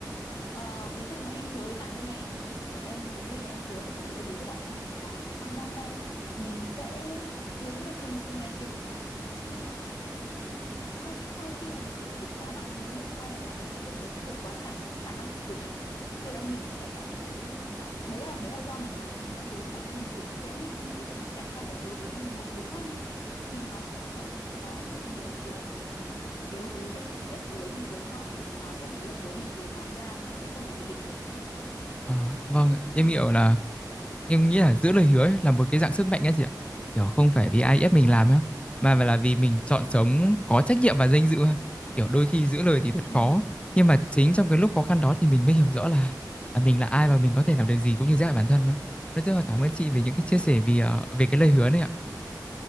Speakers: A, on the left; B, on the left.
A: Ờ, ví dụ mà em hứa với bản thân em kiểu em hứng lên là em hứa với tự hứa với bản thân mình là trong năm nay mình sẽ kiếm được từng từng này tiền chẳng hạn nhưng mà sau sau khi mà mình tỉnh tỉnh táo lại mình mới nhận ra được là cái số tiền đấy nó vượt quá khả khả năng của mình khi đấy mình sẽ cảm thấy nó đấy là đấy là do mình nó mình đã hứa với bản thân mình thì còn dễ nhá nhưng mà ví dụ mình đặt ra lời hứa với một người khác đi thì nó sẽ còn khó hơn rất là nhiều lần để mình đối đối diện trực tiếp với với họ để mình nói rằng cái lời hứa mình vừa nói ra mình sẽ không thể thực hiện được
B: Ờ, vâng ạ. em hiểu là em nghĩ là giữ lời hứa ấy là một cái dạng sức mạnh ấy chị ạ kiểu không phải vì ai ép mình
A: ừ,
B: làm á mà là vì mình chọn
A: ừ,
B: sống có trách nhiệm và danh dự ha. kiểu đôi khi giữ lời thì thật
A: ừ,
B: khó nhưng mà chính trong cái lúc khó khăn đó thì mình mới hiểu rõ là, là mình là ai và mình có thể làm được gì cũng như giới hạn bản thân á. Nói chung là cảm ơn chị về những cái chia
A: ừ.
B: sẻ về ờ, về cái lời hứa này ạ